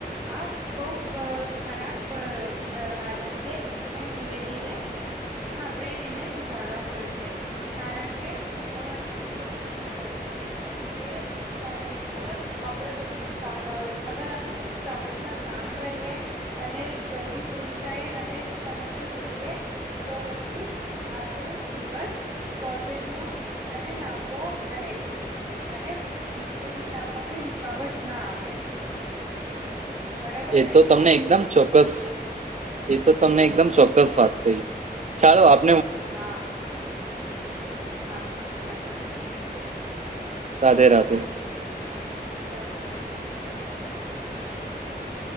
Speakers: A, on the right; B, on the right.
A: આ બહુ ક ખરાબ અ આદત છે પણ ધીરે ધીરે આપણેે એને સુધારવા પડશે. કારણ કે મને ખબર પડી ગઈ છે કે સમયસર આપણે બધું કામઅ અગર આપણે સમયસર કામ કરીએ અને જલ્દી સુઈ જઈ અને સમયસર ઉઠીએ તો પછી આપણુ દિવસ પોઝિટિવ અને લાંબુ રહે છે. અને બીજી બધી કામમાં કઈ રૂકાવટ ના આવેે. બરાબર
B: એ
A: કહ્યું
B: તો તમને
A: ને?
B: એકદમ ચોક્કસ એ તો તમને એકદમ ચોક્કસ વાત કહી ચાલો આપ
A: હા હા હા ચાલો.
B: રાધે રાધે.
A: રાધે રાધે. એ તને